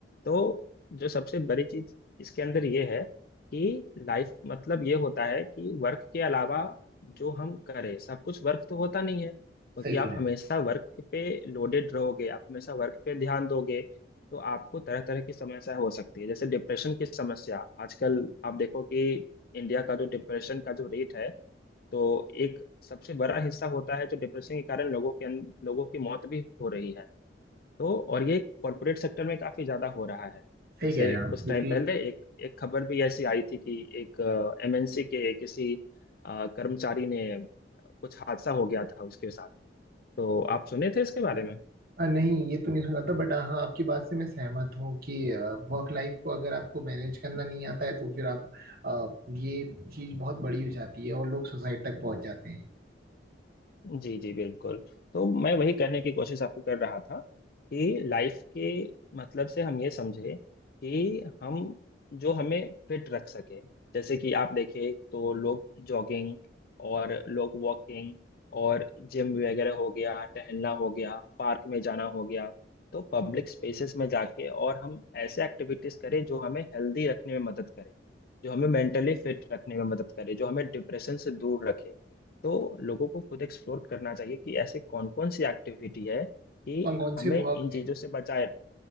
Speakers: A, on the left (about 50°); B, on the right (about 50°).
A: तो जो सबसे बड़ी चीज इसके अंदर ये है कि लाइफ मतलब ये होता है कि वर्क के अलावा जो हम करें सब कुछ वर्क तो होता नहीं है क्योंकि
B: सही कह
A: आप
B: रहे हैं
A: हमेशा वर्क पे लोडेड रहोगे आप हमेशा वर्क पे ध्यान दोगे तो आपको तरह तरह की समस्या हो सकती है जैसे डिप्रेशन की समस्या आजकल आप देखो कि इंडिया का जो डिप्रेशन का जो रेट है तो एक सबसे बड़ा हिस्सा होता है जो डिप्रेशन के कारण लोगों के अं- लोगों की मौत भी हो रही है तो और ये कॉरपोरेट सेक्टर में काफी ज्यादा हो रहा है
B: सही
A: जैसे
B: कह रहे हैं आप
A: कुछ
B: क्योंकि
A: टाइम पहले एक एक खबर भी ऐसी आई थी कि एक एमएनसी के किसी अ, कर्मचारी ने कुछ हादसा हो गया था उसके साथ तो आप सुने थे इसके बारे में
B: आ, नहीं ये तो नहीं सुना था बट हाँ आपकी बात से मैं सहमत हूँ कि वर्क लाइफ को अगर आपको मैनेज करना नहीं आता है तो फिर आप आ, ये चीज बहुत बड़ी हो जाती है और लोग सुसाइड तक पहुंच जाते हैं
A: जी जी बिल्कुल तो मैं वही करने की कोशिश आपको कर रहा था कि लाइफ के मतलब से हम ये समझे कि हम जो हमें फिट रख सके जैसे कि आप देखें तो लोग जॉगिंग और लोग वॉकिंग और जिम वगैरह हो गया टहलना हो गया पार्क में जाना हो गया तो पब्लिक स्पेसेस में जाके और हम ऐसे एक्टिविटीज करें जो हमें हेल्दी रखने में मदद करे जो हमें मेंटली फिट रखने में मदद करे जो हमें डिप्रेशन से दूर रखे तो लोगों को खुद एक्सप्लोर करना चाहिए कि ऐसे कौन कौन सी एक्टिविटी है कि
B: कौन कौन
A: हमें
B: से वर्क
A: इन चीजों से बचाए